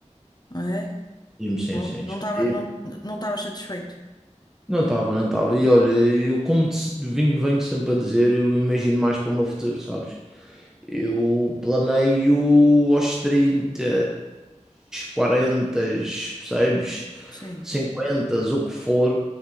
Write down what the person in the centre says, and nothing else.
E-me sim,
sim,
despedi.
Não estava, não estava. E olha, eu como te, venho, venho sempre a dizer, eu imagino mais para o meu futuro, sabes? Eu planeio aos 30, 40, percebes?
50, o que for,